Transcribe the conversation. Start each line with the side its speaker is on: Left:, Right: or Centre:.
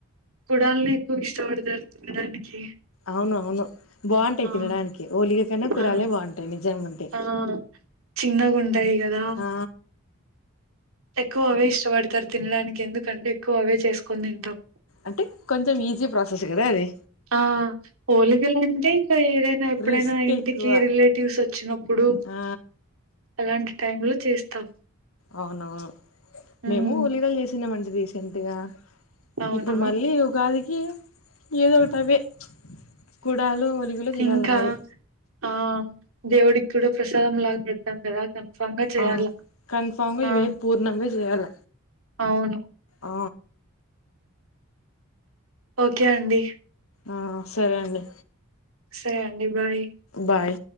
Right: కుడాలని ఎక్కువ ఇష్టపడతారు తినడానికి
Left: అవును అవును బాగుంటాయి
Right: ఆ!
Left: తినడానికి ఓలికకైనా కురాలే
Right: ఆ!
Left: బాగుంటాయి నిజం అంటే
Right: ఆ చిన్నగుంటాయి కదా
Left: ఆ
Right: ఎక్కువ అవే ఇష్టపడతారు తినడానికి ఎందుకంటే ఎక్కువ అవే చేసుకుని తింటాం
Left: అంటే కొంచెం ఈజీ ప్రాసెస్ కదా అది
Right: ఆ హోలికలు అంటే ఇంకా ఏదైనా ఎప్పుడైనా
Left: రిస్క్
Right: ఇంటికి
Left: ఎక్కువ
Right: రిలేటివ్స్ వచ్చినప్పుడు
Left: ఆ
Right: అలాంటి టై లో చేస్తాం
Left: అవునా
Right: హ్మ్
Left: మేము ఉలిగలు చేసినామండి రీసెంట్గా
Right: అవునా
Left: ఇప్పుడు మళ్ళీ ఉగాదికి ఏదో ఒకటవే కుడాలు ఒలిగులు చేయాల
Right: ఇంకా
Left: మరి
Right: ఆ దేవుడికి కూడా ప్రసాదంలా చెద్దాం కదా కన్ఫాంగా చేయాల
Left: అవును కన్ఫామ్గా
Right: ఆ
Left: ఇవే పూర్ణంగా చేయాల
Right: అవును
Left: ఆ
Right: ఓకే అండి
Left: ఆ సరే అండి
Right: సరే అండి బాయ్
Left: బాయ్